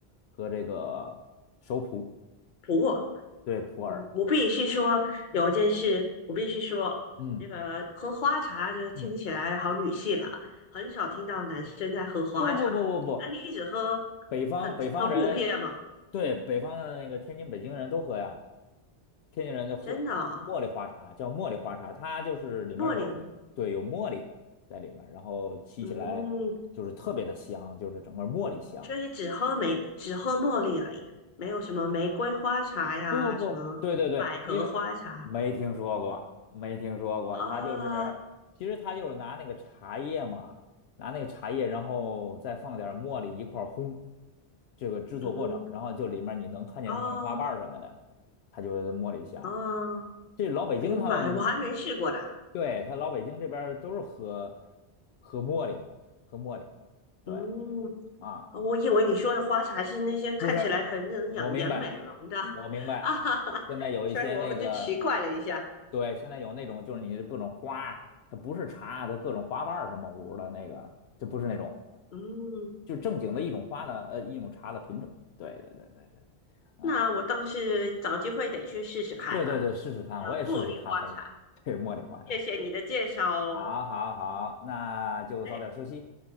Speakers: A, on the left; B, on the left.
A: 喝这个熟普，
B: 普洱，
A: 对，普洱。
B: 嗯，我必须说有一件事，我必须说，
A: 嗯
B: 这个喝花茶就是听起来好女性啊，
A: 嗯，
B: 很少听到男生在喝花茶。
A: 不不不不不，
B: 那你一直喝
A: 北方北方人，
B: 很很普遍吗？
A: 对，北方的那个天津、北京人都喝呀，天津人就喝茉莉花茶，
B: 真的啊
A: 叫茉莉花茶，它就是里面有对有茉莉在里面，
B: 茉莉红
A: 然后沏起来就是特别的香，
B: 嗯，
A: 就是整个茉莉香。
B: 所以只喝玫只喝茉莉而已，没有什么玫瑰花茶呀，
A: 不不不，
B: 什么百合花茶
A: 对对对，因为没听说过，没听说过，
B: 啊，
A: 他就是，其实他就是拿那个茶叶嘛，拿那个茶叶，然后再放点儿茉莉一块儿烘，这个制作过程，
B: 嗯，
A: 然后就里面你能看见茉莉花瓣儿什么的，
B: 哦
A: 它就是茉莉香。
B: 哦，
A: 这老北京他们，
B: 明白，我还没试过的，
A: 对，他老北京这边儿都是喝喝茉莉，喝茉莉，对
B: 嗯，
A: 啊，
B: 哦我以为你说的花茶是那些看起来很能养颜美容的
A: 不是，我明白，我明白，
B: <laughs> 啊，哈哈，
A: 现在有一些那个。
B: 所以我就奇怪了一下。
A: 对，现在有那种就是你各种花儿它不是茶，它各种花瓣儿什么五的那个，就不是那种，
B: 嗯，
A: 就是正经的一种花的，呃，一种茶的品种。对对对对对，啊，
B: 那我倒是找机会得去试试看了。
A: 对对对，试试看，
B: 呃，
A: 我也试试咖啡，
B: 茉莉花茶，
A: 对，茉莉花茶。
B: 谢谢你的介绍哦。
A: 好，好，好，那就早点休息，
B: 哎，